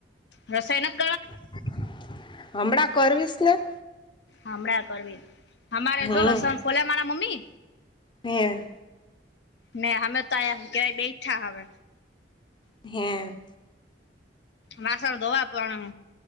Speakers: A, on the left; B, on the left.
A: <inaudible> રસાયનક
B: <inaudible> હમણાં કરવીશ ને.
A: હમણાં કરવી અમારે
B: હમ
A: જો લસણ ફોલે મારા મમ્મી.
B: હે.
A: ને અમે તો આ ક્યાય બેઠા હવે.
B: હે
A: વાસણ ધોવા <inaudible> પણ